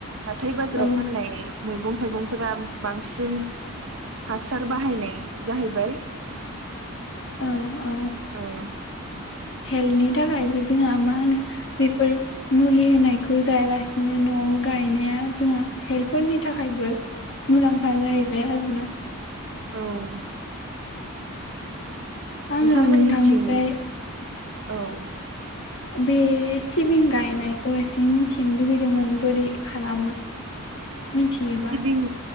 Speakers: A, on the right (about 60°); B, on the left (about 55°).
A: हाथथाय बाजाराव
B: औ
A: फाननाय मैगं थाइगंफोरा बांसिन हासार बाहायनाय जाहैबाय
B: औ औ
A: औ
B: हेल्थनि थाखायबो जोंहा मा होनो बेफोर मुलि होनायखौ जायालासिनो न'आव गायनाया जोंहा हेल्पफोरनि थाखायबो मुलाम्फा जाहैबाय आरोोना
A: औ
B: आङो
A: नोंथांमोननिथिं
B: नोंथांनिफ्राय
A: औ
B: बे सिबिन गायनायखौ एसे मिनथिनो लुुबैदोंमोन बोरै खालामो मिथियोबा
A: सिबिं